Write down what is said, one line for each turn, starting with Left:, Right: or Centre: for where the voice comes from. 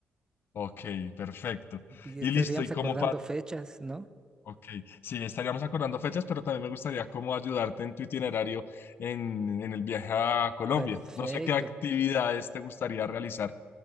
Left: Ok, perfecto.
Right: Y
Left: Y
Right: estaríamos
Left: listo, y
Right: acordando
Left: como para...
Right: fechas, ¿no?
Left: Ok, sí, estaríamos acordando fechas, pero también me gustaría cómo ayudarte en tu itinerario en, en el viaje a Colombia.
Right: Perfecto.
Left: No sé qué actividades te gustaría realizar